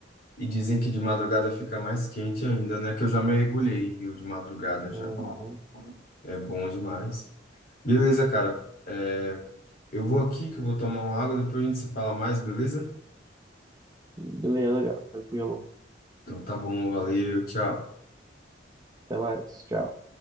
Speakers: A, on the left; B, on the right.
A: E dizem que de madrugada fica mais quente ainda, né? Que eu já mergulhei em rio de madrugada
B: Uhum.
A: já. É bom demais. Beleza, cara. É, eu vou aqui que eu vou tomar uma água, depois a gente se fala mais, beleza?
B: Beleza, cara. Tranquilo.
A: Então tá bom, valeu, tchau.
B: Até mais. Tchau.